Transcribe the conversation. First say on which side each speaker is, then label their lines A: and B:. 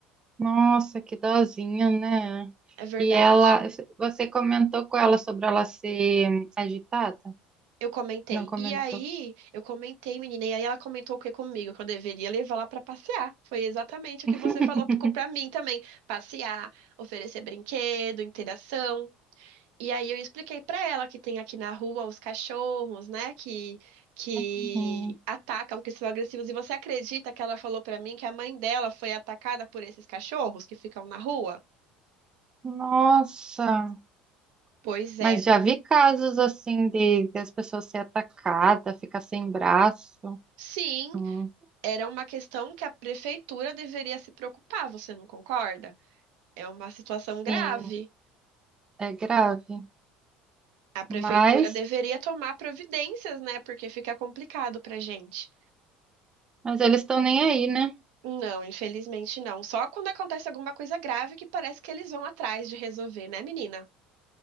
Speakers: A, on the right; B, on the right.
A: Nossa, que dozinha, né?
B: É verdade.
A: E ela, você comentou com ela sobre ela ser agitada?
B: Eu comentei.
A: Não comentou.
B: E aí, eu comentei, menina, e aí ela comentou o que comigo, que eu deveria levar lá pra passear. Foi exatamente o
A: <laughs>
B: que você falou pro- pra mim também. Passear, oferecer brinquedo, interação. E aí eu expliquei pra ela que tem aqui na rua os cachorros, né, que que
A: Uhum.
B: atacam, que são agressivos. E você acredita que ela falou pra mim que a mãe dela foi atacada por esses cachorros que ficam na rua?
A: Nossa,
B: Pois
A: mas
B: é.
A: já vi casos assim de, de as pessoas ser atacadas, ficar sem braço.
B: Sim,
A: Hum,
B: era uma questão que a prefeitura deveria se preocupar, você não concorda? É uma situação
A: Sim,
B: grave.
A: é grave.
B: A prefeitura
A: Mas,
B: deveria tomar providências, né? Porque fica complicado pra gente.
A: mas eles estão nem aí, né?
B: Não, infelizmente não. Só quando acontece alguma coisa grave que parece que eles vão atrás de resolver, né, menina?